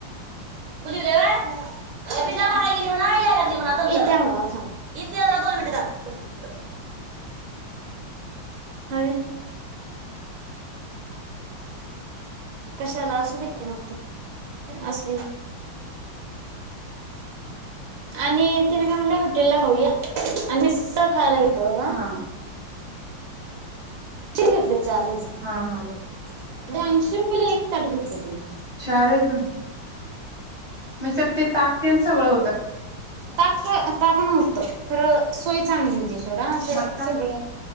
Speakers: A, on the right; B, on the left.
A: बिल्ला मारायला गेली म्हणाव याय लागली म्हणा इत्या म्हणाव थांब इत्या जरा दोन मिनट थांब.... <unintelligible> ह कशाला असुदेत की म अस आणि तिने काय म्हणलं हॉटेल ला खाऊया आणि मिस्सल खायला घेत <inaudible> त बघा.......
B: हा
A: ठीक <unintelligible> चार हेचा <unintelligible>
B: हा हा
A: ब्याऐंशी रुपयाला एक ताट घेतल त्यांनी...
B: चार.? <unintelligible> ते ताक तेन सगळं हों
A: ताक ताक नव्ह खरं सोय चांगली होती. थोडा असं
B: मट्टा
A: सगळं